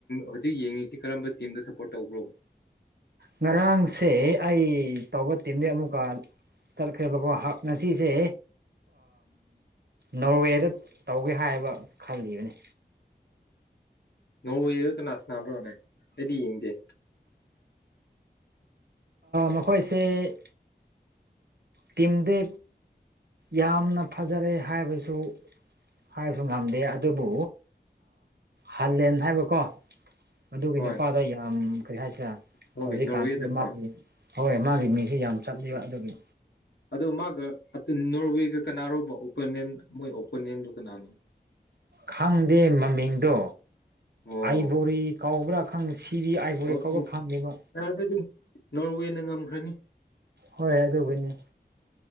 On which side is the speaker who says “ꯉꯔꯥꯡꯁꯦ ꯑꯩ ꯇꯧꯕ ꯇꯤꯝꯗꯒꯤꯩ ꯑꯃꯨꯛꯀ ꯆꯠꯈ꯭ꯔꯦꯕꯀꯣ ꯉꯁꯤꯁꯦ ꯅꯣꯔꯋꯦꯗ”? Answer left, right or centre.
Right